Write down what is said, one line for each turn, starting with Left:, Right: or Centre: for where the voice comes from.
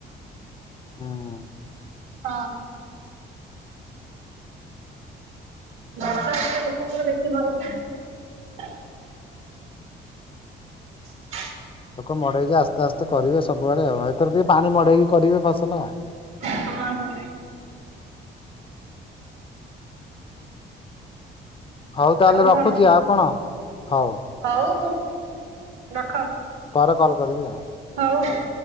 Left: ହୁଁ।
Right: ହଁ। ବର୍ଷା ଉପରେ ଲୋକଙ୍କର ବେଶୀ ଭରସା। <inaudible>
Left: ଲୋକ ମଡେଇକି ଆସ୍ତେ ଆସ୍ତେ କରିବେ ସବୁବେଳେ ଆଉ ଏଥର ଟିକେ ପାଣି ମଡେଇକି କରିବେ ଫସଲ ଆଉ।
Right: ହଁ ହଁ
Left: ହଉ ତାହେଲେ
Right: ଆଉ
Left: ରଖୁଛି
Right: କଣ
Left: ଆଉ କଣ? ହଉ
Right: ହଉ ରଖ।
Left: ପରେ କଲ କରିବି ଆଉ।
Right: ହଉ ହଉ।